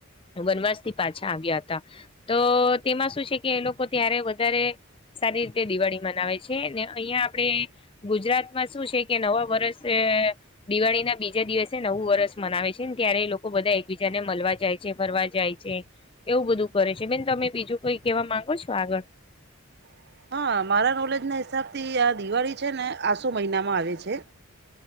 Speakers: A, on the left (about 25°); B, on the right (about 50°).
A: વનવાસ થી પાછા આવ્યા હતા તો તેમાં શું છે કે એ લોકો ત્યારે વધારે સારી રીતે દિવાળી મનાવે છે અહિયાં આપણેે ગુજરાતમાં શું છે કે નવા વરષ દિવાળી ના બીજા દિવસે નવું વરસ મનાવે છે ને ત્યારે લોકો બધા એકબીજા ને મળવા જાય છે ફરવા જાય છે એવું બધું કરે છે બેન તમે બીજું કઈ કહેવા માંગો છો આગળ
B: હ હા મારા નોલેજ ના હિસાબથી આ દિવાળી છે ને આસો મહિનામાં આવે છે